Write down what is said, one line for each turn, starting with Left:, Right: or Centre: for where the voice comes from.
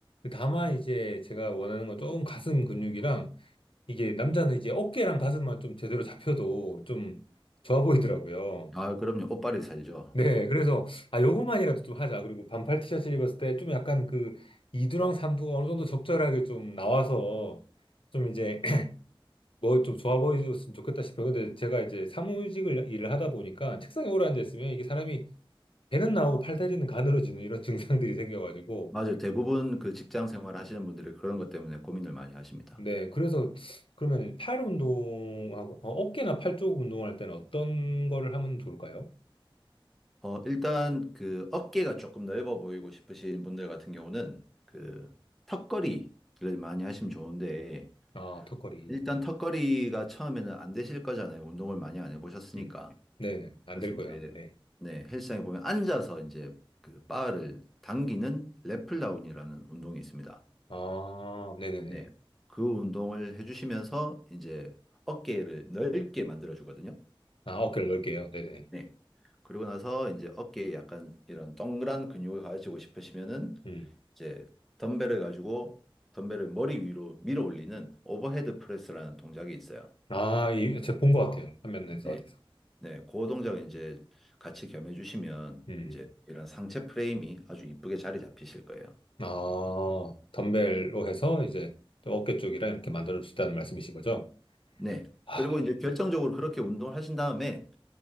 Left: 다만 이제 제가 원하는 건 좀 가슴 근육이랑 이게 남자는 이제 어깨랑 가슴만 좀 제대로 잡혀도 좀 좋아 보이더라고요.
Centre: 아, 그럼요. 옷빨이 살죠.
Left: 네, 그래서 아 요것만이라도 좀 하자. 그리고 반팔 티셔츠 입었을 때 좀 약간 그 이두랑 삼두가 어느 정도 적절하게 좀 나와서 좀 이제 뭐 좀 좋아 보였으면 좋겠다 싶어요. 근데 제가 이제 사무직을 일을 하다 보니까 책상에 오래 앉아있으면 이게 사람이 배는 나오고 팔 다리는 가늘어지는 이런 <laughs> 증상들이 생겨가지고.
Centre: 맞아요. 대부분 그 직장 생활 하시는 분들이 그런 것 때문에 고민을 많이 하십니다.
Left: 네, 그래서 그러면 팔 운동하고 어, 어깨나 팔 쪽 운동할 때는 어떤 거를 하면 좋을까요?
Centre: 어, 일단 그 어깨가 조금 넓어 보이고 싶으신 분들 같은 경우는 그 턱걸이를 많이 하시면 좋은데
Left: 아, 턱걸이.
Centre: 일단
Left: 네.
Centre: 턱걸이가 처음에는 안 되실 거잖아요. 운동을 많이 안 해보셨으니까.
Left: 음. 네네. 안
Centre: 그래서
Left: 될 거예요.
Centre: 이제
Left: 아마. 네.
Centre: 네, 헬스장에 보면 앉아서 이제 그 바를 당기는 랩플다운이라는 운동이 있습니다.
Left: 아, 네네네.
Centre: 네. 그 운동을 해주시면서 이제 어깨를 넓게 만들어 주거든요.
Left: 아, 어깨를 넓게요. 네네.
Centre: 네. 그리고 나서 이제 어깨에 약간 이런 동그란 근육을 가지고 싶으시면은
Left: 음.
Centre: 이제 덤벨을 가지고 덤벨을 머리 위로 밀어 올리는 오버헤드 프레스라는 동작이 있어요.
Left: 아, 이, 제가 본 것 같아요. 화면에서
Centre: 네.
Left: 어디서.
Centre: 네. 그 동작을 이제 같이 겸해 주시면
Left: 음.
Centre: 이제 이런 상체 프레임이 아주 이쁘게 자리 잡히실 거예요.
Left: 아, 덤벨로 해서 이제 좀 어깨 쪽이랑 이렇게 만들어 주시다는 말씀이신 거죠?
Centre: 네.
Left: 아,
Centre: 그리고 이제 결정적으로 그렇게 운동을 하신 다음에